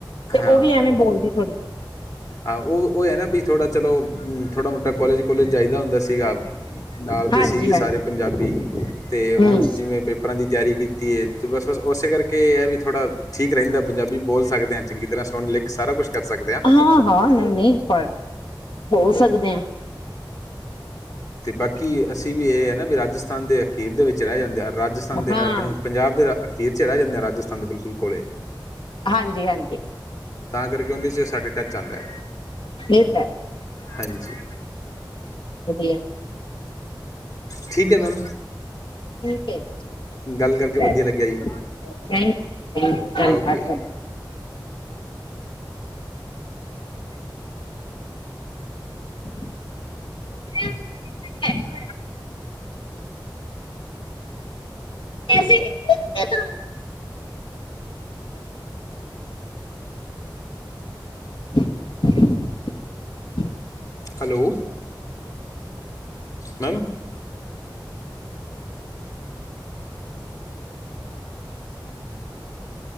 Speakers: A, on the left; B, on the left.
A: ਤੇ
B: ਹਾਂ,
A: ਉਹ ਵੀ ਐਵੇਂ ਬੋਲਦੀ ਥੋੜੀ-ਜਿਹੀ
B: ਆ ਓ ਓ ਐ ਨਾ ਬੀ ਥੋੜਾ ਚਲੋ ਥੋੜਾ ਮੋਟਾ ਕੋਲੇਜ਼-ਕੁਲੇਜ਼ ਜਾਈਦਾ ਹੁੰਦਾ ਸੀਗਾ ਨਾਲ ਦੇ
A: ਹਾਂਜੀ
B: ਸੀਗੇ
A: ਹਾਂਜੀ
B: ਸਾਰੇ ਪੰਜਾਬੀ ਤੇ
A: ਹਮ
B: ਹੁਣ ਜਿਵੇਂ ਪੇਪ ਪਰਾਂ ਦੀ ਤਿਆਰੀ ਕੀਤੀ ਏ ਬਸ ਬਸ ਉਸੇ ਕਰਕੇ ਏ ਐ ਵੀ ਥੋੜਾ ਠੀਕ ਰਹਿੰਦਾ ਪੰਜਾਬੀ ਬੋਲ ਸਕਦੇ ਆਂ। ਚੰਗੀ ਤਰ੍ਹਾਂ ਸੁਣ-ਲਿਖ ਸਾਰਾ ਕੁਛ ਕਰ ਸਕਦੇ ਆਂ
A: ਹਾਂ-ਹਾਂ, ਨਈਂ-ਨਈਂ ਪੜ੍ਹ ਬੋਲ ਸਕਦੇ ਆਂ।
B: ਤੇ ਬਾਕੀ ਅਸੀਂ ਵੀ ਏ ਐ ਨਾ ਬੀ ਰਾਜਸਥਾਨ ਦੇ ਅਖੀਰ ਦੇ ਵਿੱਚ ਰਹਿ ਜਾਂਦੇ ਆ, ਰਾਜਸਥਾਨ ਦੇ,
A: ਹਾਂ
B: ਅ, ਪੰਜ ਪੰਜਾਬ ਦੇ ਅਖੀਰ'ਚ ਰਹਿ ਜਾਂਦੇ ਆ, ਰਾਜਸਥਾਨ ਦੇ ਬਿਲਕੁਲ ਕੋਲੇ।
A: ਹਾਂਜੀ ਹਾਂਜੀ
B: ਤਾਂ ਕਰਕੇ ਉਂਹਦੇ'ਚ ਸਾਡੇ ਲਗ ਜਾਂਦਾ,
A: ਇਹ ਤਾਂ
B: ਹਾਂਜੀ।
A: ਵਧੀਆ
B: ਠੀਕ ਹੈ, ਮੈਮ।
A: ਠੀਕ ਹੈ ਜੀ,
B: ਗੱਲ ਕਰਕੇ
A: ਬਾਏ।
B: ਵਧੀਆ
A: ਥੈਂਕਯੂ,
B: ਲੱਗਿਆ ਜੀ
A: ਜ ਥੈਂਕ ਯੂ ਧੰਨਵਾਦ
B: ਓਕੇ
A: ਤੁਹਾਡਾ। <unintelligible> ਪੈਸੇ ਲਿਖਲੇ ਮੈਂ, ਤਾ <inaudible>
B: ਹੈਲੋ! ਮੈਮ!